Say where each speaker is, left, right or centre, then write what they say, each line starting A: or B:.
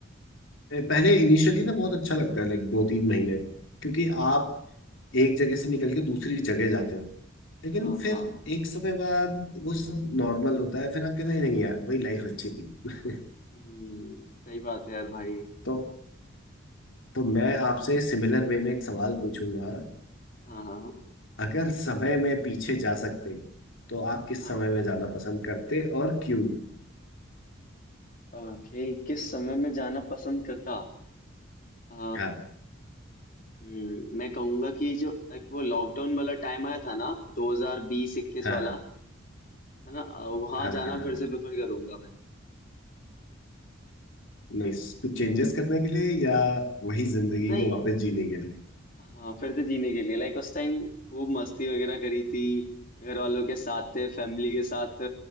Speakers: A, on the left; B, on the left.
A: पहले इनिशियली ना बहुत अच्छा लगता है लाइक दो तीन महीने क्योंकि आप एक जगह से निकल के दूसरी जगह जाते हो लेकिन
B: हाँ
A: फिर
B: हाँ
A: एक समय बाद वो सब नॉर्मल होता है फिर आप कहते हैं नहीं यार वही लाइफ अच्छी थी <laughs>
B: हम्म सही बात है यार भाई
A: तो तो मैं आपसे सिमिलर वे में एक सवाल पूछूंगा
B: हाँ हाँ
A: अगर समय में पीछे जा सकते तो आप किस
B: हाँ
A: समय
B: हाँ
A: में जाना पसंद करते और क्यों
B: ओके किस समय में जाना पसंद करता आ,
A: हाँ
B: हम्म, मैं कहूंगा कि जो एक वो लॉकडाउन वाला टाइम आया था ना 2020 21
A: हाँ
B: वाला
A: हाँ
B: है ना वहां
A: हाँ
B: जाना
A: हाँ हाँ
B: फिर से प्रेफर करूंगा मैं
A: नहीं कुछ चेंजेस करने के लिए या वही जिंदगी
B: नहीं
A: को वापस जीने के लिए
B: हाँ फिर से जीने के लिए लाइक उस टाइम वो मस्ती वगैरह करी थी घर वालों के साथ थे फैमिली के साथ